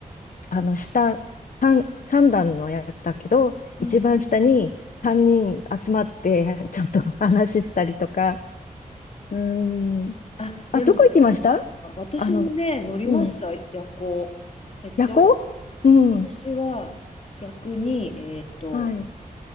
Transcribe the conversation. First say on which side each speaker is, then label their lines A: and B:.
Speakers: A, on the left; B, on the left.
A: あの、下、三三段のやつだけど、
B: うんうん。
A: 一番下に三人集まって、<laughs> ちょっと話したりとか。うーん。
B: あ、
A: あ、
B: でも、
A: どこ行きましたあの、
B: 私もね、乗りました、
A: うん。
B: 夜行。えっと、
A: 夜行うん。
B: 私は逆に、えっと、
A: はい。